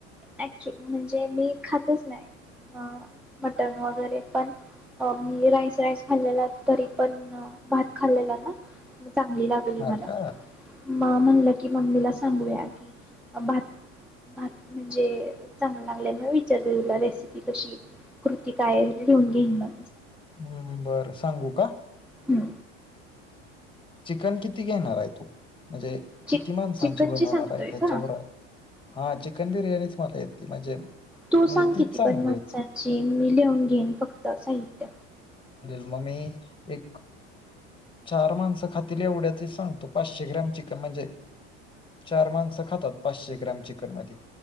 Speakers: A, in the centre; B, on the left.
A: ऍक्च्युली म्हणजे मी खातच नाही ह‌् मटण वगैरे पण मी राईस राईस खालेला तरी पण भात खालेला ना.... चांगली लागली
B: हा
A: मला...
B: का
A: मामा म्हणलं की मम्मीला सांगूया की भात भात म्हणजे चांगलं लागल्यामुळे विचारते तुला रेसिपी कशी कृती काय लिहून घेईन म....
B: हम्म हम्म बरं सांगू का?
A: हम्म
B: चिकन किती घेणारय तू....... म्हणजे
A: चिक
B: किती माणसांची
A: चिकनची
B: बनवणार
A: सांगतोय
B: आहे त्याच्यावर
A: का
B: आहे. हा चिकन बिर्याणीच मला येते म्हणजे.
A: तू
B: म्हणजे
A: सांग
B: तीच
A: किती
B: चांगली
A: पण माणसांची
B: होती
A: मी लिहून घेईन फक्त साहित्य
B: म मी एक चार माणसं..... खातील एवढ्यांची सांगतो पाचशे ग्राम चिकन म्हणजे चार माणसा खातात पाचशे ग्रॅम चिकन मध्ये